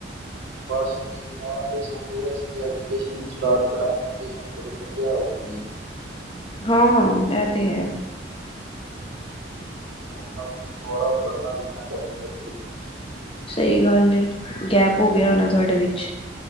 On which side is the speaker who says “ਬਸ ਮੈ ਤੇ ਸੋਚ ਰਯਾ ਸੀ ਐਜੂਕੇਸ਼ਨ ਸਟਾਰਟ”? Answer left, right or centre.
Right